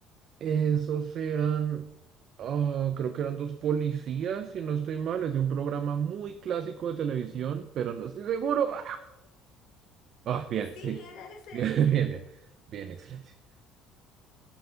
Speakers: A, on the right (about 45°); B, on the left (about 65°).
A: Esos eran, ah, creo que eran dos policías, si no estoy mal, es de un programa muy clásico de televisión, pero no estoy seguro. Ah, Ah, bien,
B: Sí,
A: sí.
B: era ese,
A: Bien, <laughs>
B: sí.
A: bien, bien. Bien, excelente.